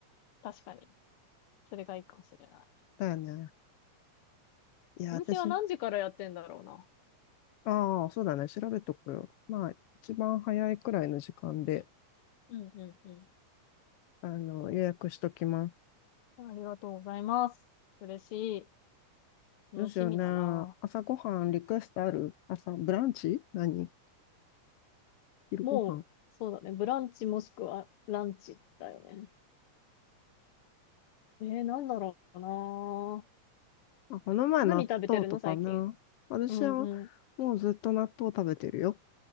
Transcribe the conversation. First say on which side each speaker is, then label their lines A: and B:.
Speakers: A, on the left (about 65°); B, on the left (about 85°).
A: 確かに。それがいいかもしれない。
B: だよね。いや、
A: お店は何時からやってんだろうな。
B: 私、ああ、そうだね。調べとくよ。まあ、一番早いくらいの時間で、
A: うんうんう
B: あの、予約しときます。
A: ん。ありがとうございます。嬉しい。
B: どうしようね。
A: 楽しみだな。
B: 朝ごはんリクエストある朝、ブランチ何昼ごはん
A: もう、そうだね。ブランチもしくはランチだよね。えー、なんだろうな。
B: あ、この前納豆とかな。
A: 何食べてるの、最近。
B: 私はもうずっと納豆食べてるよ。
A: うんう